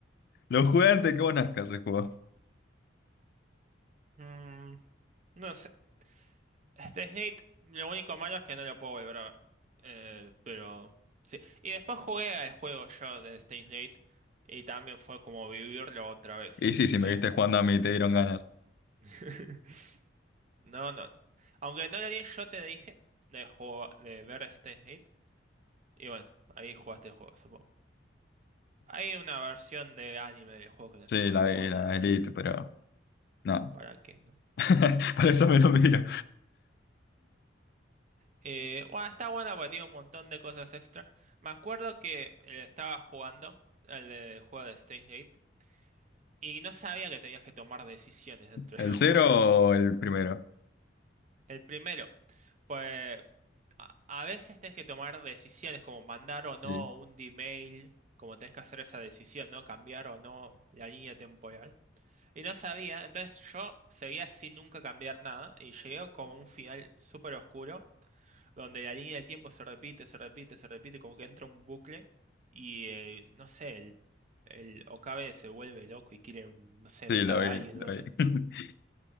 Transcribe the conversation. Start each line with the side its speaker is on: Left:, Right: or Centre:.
Left: Lo jugué antes que vos nazcas el juego.
Right: mm, no sé. Este Gate, lo único malo es que no lo puedo volver a ver. Eh, pero sí. Y después jugué al juego yo de Steins Gate y también fue como vivirlo otra vez.
Left: Y sí, si me
Right: Fue-
Left: viste jugando a mí, te dieron ganas.
Right: <laughs> No, no. Aunque no lo di, yo te dije de, juego, de ver Steins Gate. Y bueno, ahí jugaste el juego, supongo. Hay una versión de anime del juego que no
Left: Sí,
Right: se puede
Left: la
Right: jugar
Left: vi, la
Right: y es.
Left: Elite, pero no.
Right: ¿Para qué? ¿No?
Left: <laughs> Para eso me lo miro.
Right: Eh, bueno, está bueno porque tiene un montón de cosas extra. Me acuerdo que eh, estaba jugando el, de- juego de Steins Gate Y no sabía que tenías que tomar decisiones dentro
Left: ¿El
Right: del <laughs> juego.
Left: cero o el primero?
Right: El primero, pues a, a veces tenés que tomar decisiones como mandar o no
Left: Sí,
Right: un D-mail, como tenés que hacer esa decisión, ¿no? Cambiar o no la línea temporal. Y no sabía, entonces yo seguía sin nunca cambiar nada y llegué como a un final súper oscuro, donde la línea del tiempo se repite, se repite, se repite, como que entra un bucle y eh, no sé, el, el Okabe se vuelve loco y quiere, no sé,
Left: sí,
Right: matar
Left: lo
Right: a
Left: vi,
Right: alguien,
Left: lo
Right: no sé.
Left: vi. <laughs>